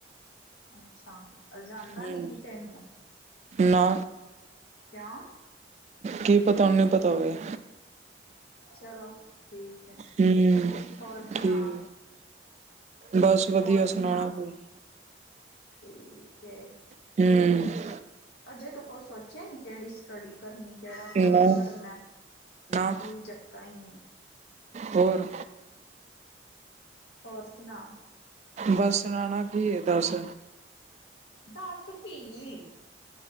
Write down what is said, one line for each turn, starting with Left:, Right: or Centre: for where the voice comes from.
Left: ਅੱਛਾ, ਅਲਜਾਂਦਾ
Right: ਹੂੰ
Left: ਨੀ ਕੀ ਤੈਨੂੰ?
Right: ਨਾ।
Left: ਕਿਆ?
Right: ਕੀ ਪਤਾ ਉਹਨੂੰ ਈ ਪਤਾ ਹੋਵੇ।
Left: ਚਲੋ, ਠੀਕ ਹੈ,
Right: ਹੂੰ
Left: ਹੋਰ ਸੁਣਾ?
Right: ਠੀਕ ਬਸ ਵਧੀਆ
Left: ਹੋਰ ਸੁਣਾ
Right: ਸੁਣਾਉਣਾ <unintelligible>
Left: ਠੀਕ ਏ।
Right: ਹੂ
Left: ਅਜੇ ਤੂੰ ਕੁਛ ਸੋਚਿਆ ਨੀ ਕਿਹੜੀ ਸਟੱਡੀ ਕਰਨੀ ਕਿਹੜਾ ਕੋਰਸ
Right: ਨਾ
Left: ਕਰਨਾ
Right: ਨਾ
Left: ਤੂੰ ਵੀ ਚੱਕਾਂ ਹੀ ਐ।
Right: ਹੋਰ।
Left: ਹੋਰ ਸੁਣਾ?
Right: ਬਸ ਸੁਣਾਣਾ ਕੀ ਦੱਸ?
Left: ਦੱਸ ਕੀ,